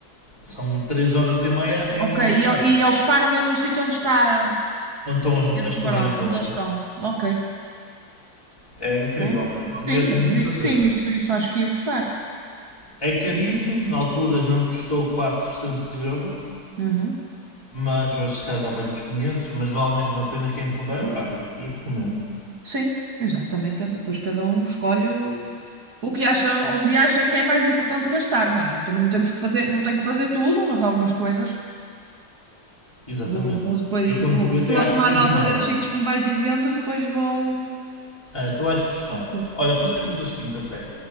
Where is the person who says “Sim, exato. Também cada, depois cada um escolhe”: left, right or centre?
Right